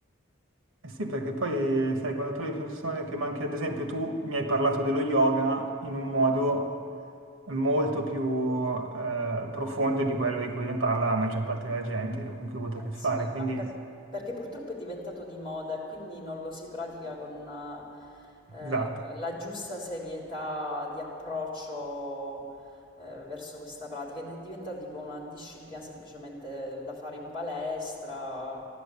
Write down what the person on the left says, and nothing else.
Eh sì,
ma per- perché purtroppo è diventato di moda e quindi non lo si pratica con eh,
la giusta serietà di approccio eh, verso questa pratica ed è diventata tipo una disciplina semplicemente da fare in palestra,